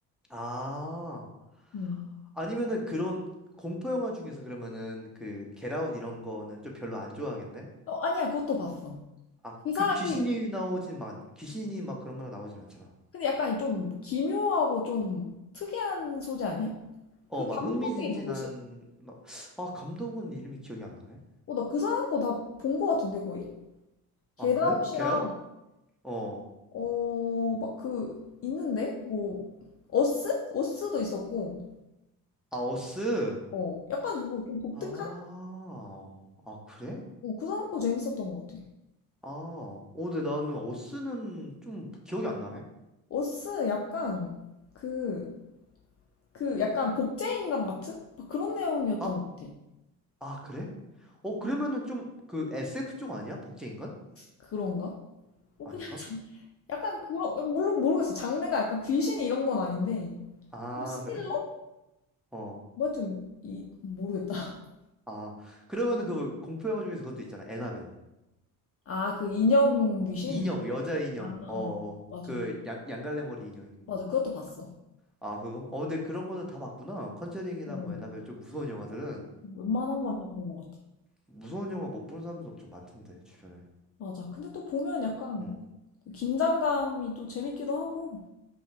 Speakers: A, in the centre; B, on the left.
A: 아.
B: 응.
A: 아니면은 그런 공포 영화 중에서 그러면은 그 겟아웃 이런 거는 좀 별로 안 좋아하겠네.
B: 어, 아니야, 그것도 봤어.
A: 아,
B: 그
A: 그
B: 사람,
A: 귀신이
B: 그,
A: 나오진 막 귀신이 막 그런 거나 나오진 않잖아.
B: 근데 약간 좀 기묘하고 좀 특이한 소재 아니야?
A: 어,
B: 그
A: 막
B: 감독이
A: 흥미진진한
B: 누구지?
A: 막 아, 감독은 이름이 기억이 안 나네.
B: 어, 나 그 사람 거 다 본 거 같은데, 거의? 겟아웃이랑,
A: 아, 그래? 겟아웃? 어.
B: 어, 막 그, 있는데? 뭐, 어스? 어스도 있었고,
A: 아, 어스.
B: 어. 약간 뭐 좀 독특한?
A: 아. 아, 그래?
B: 어, 그 사람 거 재밌었던 것 같아.
A: 아. 어, 근데 나는 어스는 좀 기억이 안 나네.
B: 어스 약간, 그, 그 약간 복제인간 같은? 막 그런 내용이었던
A: 아,
B: 것 같아.
A: 아, 그래? 어, 그러면은 좀 그 SF 쪽 아니야? 복제인간?
B: 그런가? 어,
A: 아닌가?
B: 그냥 장 약간 그런, 어, 물론 모르겠어. 장르가 약간 귀신 이런 건 아닌데,
A: 아,
B: 좀 스릴러?
A: 그래? 어.
B: 뭐 좀, 이, 모르겠다. <laughs>
A: 아. 그러면은 그 공포 영화 중에서 그것도 있잖아. 애나벨.
B: 아, 그 인형 귀신?
A: 인형, 여자 인형.
B: 아,
A: 어.
B: 어, 맞아.
A: 그 양, 양갈래 머리 인형.
B: 맞아. 그것도 봤어.
A: 아, 그거? 어, 근데 그런 거는 다 봤구나. 컨저링이나
B: 어,
A: 뭐 애나벨 좀 무서운 영화들은
B: 웬만한 건 다 본 것 같아.
A: 무서운 영화 못 보는 사람도 엄청 많던데 주변에.
B: 맞아. 근데 또 보면
A: 그죠?
B: 약간
A: 어.
B: 그 긴장감이 또 재밌기도 하고,